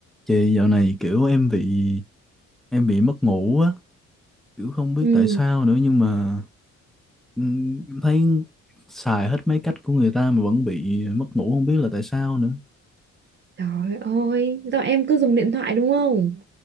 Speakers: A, in the centre; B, on the right.
A: Chị dạo này kiểu em bị em bị mất ngủ á, kiểu không biết
B: Ừ.
A: tại sao nữa nhưng mà ừm, em thấy xài hết mấy cách của người ta mà vẫn bị mất ngủ không biết là tại sao nữa.
B: Trời ơi, do em cứ dùng điện thoại đúng không?